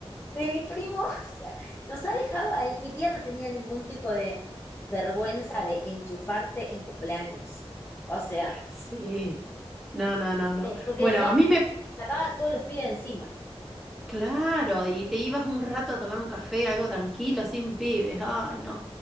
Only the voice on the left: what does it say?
de mi primo, <laughs> o sea, nos ha dejado ahí. Mi tía no tenía ningún tipo de vergüenza de enchufarte en cumpleaños. O sea,
eh, porque
decía,
bueno,
sacaba a todos los pibes encima.